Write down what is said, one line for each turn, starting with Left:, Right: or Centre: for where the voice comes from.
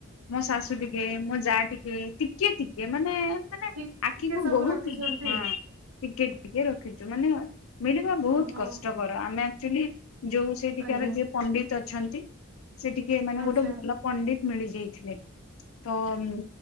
Left: ମୋ ଶାଶୁ ଟିକେ ମୋ ଯା ଟିକେ ଟିକେ ଟିକେ ଟେ ମାନେ ମାନେ
Right: ଟିକି
Left: ଆଖିକୁ
Right: ଟିକେ ସବୁ
Left: ବହୁତ୍
Right: ରଖିଛନ୍ତି
Left: ହଁ ଟିକେ ଟି ଟିକେ ରଖିଚୁ ମାନେ ମିଳିବା ବହୁତ୍
Right: ଓହୋ
Left: କଷ୍ଟକର ଆମେ ଆଚୁଆଲି ଯୋଉ ସେଠିକାର
Right: ଆଜ୍ଞା
Left: ପଣ୍ଡିତ୍ ଅଛନ୍ତି। ସେ ଟିକେ ମାନେ
Right: ଆଚ୍ଛା
Left: ଗୋଟେ ଭଲ ପଣ୍ଡିତ ମିଳିଯାଇଥିଲେ ତ ମୁଁ